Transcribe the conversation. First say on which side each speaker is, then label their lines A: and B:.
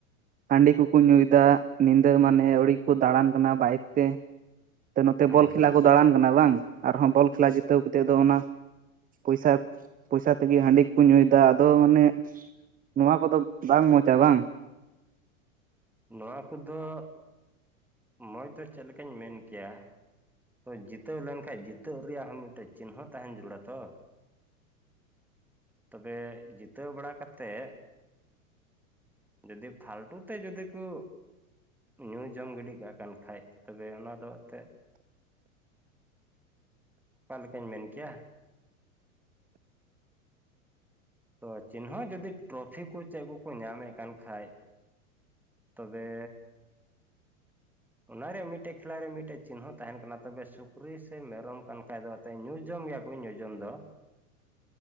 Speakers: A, on the right; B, in the centre.
A: ᱦᱟᱺᱰᱤ ᱠᱚᱠᱚ ᱧᱩᱭᱮᱫᱟ ᱧᱤᱫᱟᱹ ᱢᱟᱱᱮ ᱟᱹᱣᱲᱤ ᱠᱚ ᱫᱟᱬᱟᱱ ᱠᱟᱱᱟ ᱵᱟᱭᱤᱠ ᱛᱮ ᱱᱚᱛᱮ
B: ᱦᱮᱸ
A: ᱵᱚᱞ ᱠᱷᱮᱞᱟ ᱠᱚ ᱫᱟᱬᱟᱱ ᱠᱟᱱᱟ ᱵᱟᱝ ᱟᱨᱦᱚᱸ ᱵᱚᱞ ᱠᱷᱮᱞᱟ ᱡᱤᱛᱟᱹᱣ ᱠᱟᱛᱮᱫ ᱫᱚ ᱚᱱᱟ ᱯᱚᱭᱥᱟ ᱯᱚᱭᱥᱟ ᱛᱮᱜᱮ ᱦᱟᱺᱰᱤ ᱠᱚ ᱧᱩᱭ ᱟᱫᱚ ᱢᱟᱱᱮ ᱱᱚᱣᱟ ᱠᱚᱫᱚ ᱵᱟᱝ ᱢᱚᱡᱟ ᱵᱟᱝ
B: ᱱᱚᱣᱟ ᱠᱚᱫᱚ ᱢᱚᱸᱡᱽ ᱫᱚ ᱪᱮᱫ ᱞᱮᱠᱟᱧ ᱢᱮᱱ ᱠᱮᱭᱟ ᱛᱚ ᱡᱤᱛᱟᱹᱣ ᱞᱮᱱᱠᱷᱟᱱᱡ ᱡᱤᱛᱟᱹᱜᱣ ᱨᱮᱭᱟᱜ ᱦᱚᱸ ᱢᱤᱫᱴᱮᱡ ᱪᱤᱱᱦᱟᱹ ᱛᱟᱦᱮᱱ ᱡᱟᱹᱨᱩᱲᱟ ᱛᱚ ᱛᱚᱵᱮ ᱡᱤᱛᱟᱹᱣ ᱵᱟᱲᱟ ᱠᱟᱛᱮᱜ ᱡᱚᱫᱤ ᱯᱷᱟᱞᱛᱩ ᱛᱮ ᱡᱚᱫᱤ ᱠᱚ ᱧᱩ ᱡᱚᱢ ᱜᱤᱰᱤ ᱠᱟᱜ ᱠᱟᱱ ᱠᱷᱟᱡ ᱛᱚᱵᱮ ᱚᱱᱟ ᱫᱚ ᱮᱱᱛᱮᱜ ᱚᱠᱟ ᱞᱮᱠᱟᱧ ᱢᱮᱱ ᱠᱮᱭᱟ ᱛᱚ ᱪᱤᱱᱦᱟᱹ ᱡᱩᱫᱤ ᱴᱨᱚᱯᱷᱤ ᱠᱚ ᱪᱮᱫ ᱠᱚᱠᱚ ᱧᱟᱢᱮᱫ ᱠᱟᱱ ᱠᱷᱟᱡ ᱛᱚᱵᱮ ᱚᱱᱟᱨᱮ ᱢᱤᱫᱴᱮᱡ ᱠᱷᱮᱞᱟ ᱨᱮ ᱢᱤᱫᱴᱮᱡ ᱪᱤᱱᱦᱟᱹ ᱛᱟᱦᱮᱱ ᱠᱟᱱᱟ ᱛᱚᱵᱮ ᱥᱩᱠᱨᱤ ᱥᱮ ᱢᱮᱨᱚᱢ ᱠᱟᱱ ᱠᱷᱟᱡ ᱫᱚ ᱮᱱ ᱧᱩ ᱡᱚᱢ ᱧᱩ ᱡᱚᱢ ᱜᱮᱭᱟ ᱠᱚ ᱧᱩ ᱡᱳᱢ ᱫᱚ
A: <inaudible>